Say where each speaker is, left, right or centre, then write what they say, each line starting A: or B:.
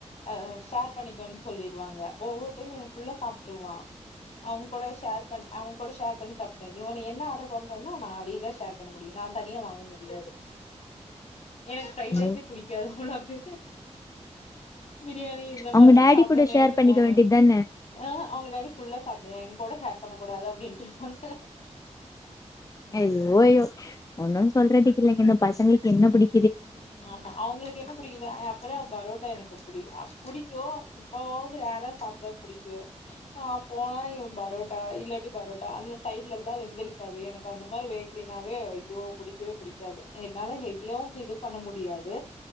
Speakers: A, on the left; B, on the left.
A: அஹ் ஷேர் பண்ணிக்கோம்னு சொல்லிருவாங்க ஒவ்வொரு டைம் இவன் புல்ல சாப்பிட்டுருவான் அவங்க கூட ஷேர் பண்ணி அவங் கூட ஷேர் பண்ணி சாப்பிடுன் இவனை என்ன ஆர்டர் பண்றனோ நான் அதைதான் ஷேர் பண்ண முடியும் நான் தனியா வாங்க முடியாது எனக்கு ஃபிரைட்
B: ம்.
A: ரைஸ் க்கது உனக்கு பிரியாணி இந்த
B: அவங்க
A: மாரி எல்லாம்
B: டாடி
A: சாப்பிடுமன்னு
B: கூட ஷேர்
A: எனக்கு
B: பண்ணிக்க
A: தோணும்
B: வேண்டியது தான
A: ஆஹ் அவங்க டாடி ஃபுல்லா சாப்பிடுன் என் கூட ஹேர் பண்ணக்க கூடாது அப்படின்ட்டு வந்து
B: அய்யோ அய்யோ ஒன்னும் சொல்றதுக்கு இலங்க இந்த பசங்களுக்கு என்ன புடி
A: ஆமா அவங்களுக்கு என்ன புடிக்குது அப்பறம் பரோட்டா எனக்கு புடிஅப் புடி போ எப்பயோவதுவேற சாப்பிட பிடிக்கும் ஆஹ் போனா இவன் பரோட்டா இல்லாட்டி பரோட்டா அந்த சைடுல எலாம் வெந்திருக்காது எனக்கு அந்த மாரி வேகலனாவே ஐயோ பிடிக்கவே பிடிக்காது என்னால ஹெவியாவும் இது பண்ண முடியாது